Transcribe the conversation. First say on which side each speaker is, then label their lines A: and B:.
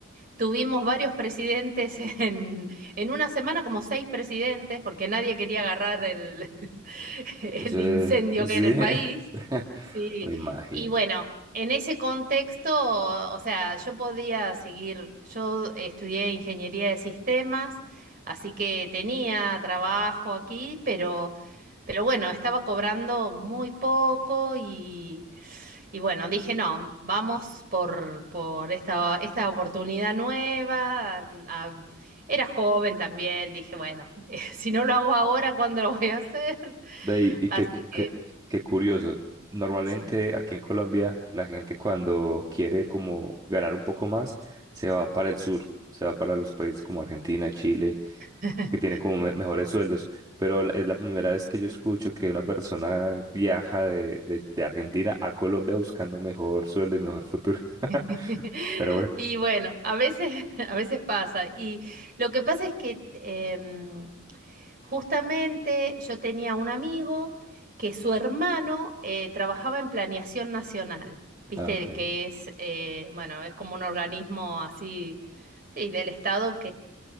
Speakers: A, on the right; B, on the right.
A: Tuvimos varios presidentes <laughs> en, en una semana, como seis presidentes, porque nadie quería agarrar el, <laughs> el
B: ese,
A: incendio
B: sí,
A: que era el país.
B: <laughs>
A: Sí,
B: me imagino.
A: y bueno, en ese contexto, o sea, yo podía seguir, yo estudié ingeniería de sistemas, así que tenía trabajo aquí, pero, pero bueno, estaba cobrando muy poco y, y bueno, dije, no, vamos por, por esta, esta oportunidad nueva. a- a- era joven también, dije, bueno, <laughs> si no lo hago ahora, ¿cuándo lo voy a hacer?
B: Ve, y, y
A: Así
B: qué, cu-
A: que,
B: qué, qué curioso. Normalmente
A: sí.
B: aquí en Colombia la gente cuando quiere como ganar un poco más se va para el sur, se va para los países como Argentina, Chile
A: <laughs>
B: que tiene como me- mejores sueldos, pero la- es la primera vez que yo escucho que una persona viaja de, de, de Argentina a Colombia buscando mejor sueldo y mejor futuro. <laughs>
A: <laughs>
B: Pero bueno,
A: Y bueno, a veces, <laughs> a veces pasa. Y lo que pasa es que em, justamente yo tenía un amigo que su hermano eh, trabajaba en Planeación Nacional, viste,
B: Ah, ok.
A: que es, eh, bueno, es como un organismo así, sí, del Estado